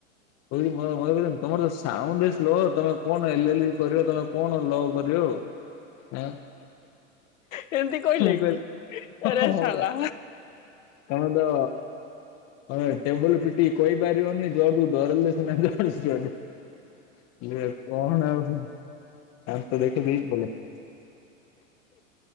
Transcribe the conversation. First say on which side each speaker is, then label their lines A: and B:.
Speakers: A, on the left; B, on the left.
A: <unintelligible> ତମର ତ ସାଉଣ୍ଡ ସ୍ଲୋ ତମେ କଣ ଏଲ ଏଲ କରିବ ତମେ କଣ ଲ କରିବ ଓ। ହଁ।
B: ଏମିତି କହିଲେ
A: କହିଲି
B: କି ଆରେ
A: ହଁ
B: ସାଲା।
A: ପରା ତମେ ତ ତମେ ଟେବୁଲ ପିଟିକି କହିପାରିବନି ଜଜ୍ <unintelligible> ଏ କଣ ଆଉ ଦାନ୍ତ ଦେଖେଇ ଦେଇକି ପଳେଇ ଆସିନି।